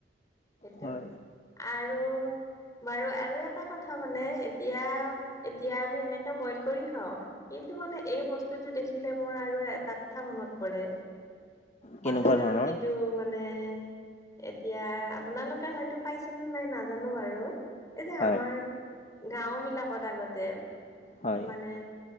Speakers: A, on the left (about 20°); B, on the left (about 40°).
A: সেইটো,
B: হয়
A: আৰু বাৰু আৰু এটা কথা মানে এতিয়া এতিয়া আমি এনেকে বইল কৰি খাওঁ। কিন্তু মানে এই বস্তুটো দেখিলে মোৰ আৰু এটা কথা মনত পৰে,
B: কেনেকুৱা
A: কঠালৰ
B: ধৰণৰ
A: গুটিটো মানে এতিয়া আপোনালোকে হয়তো পাইছে নে নাই নাজানো বাৰু এই যে
B: হয়
A: আমাৰ গাওঁ বিলাকত আগতে
B: হয়
A: মানে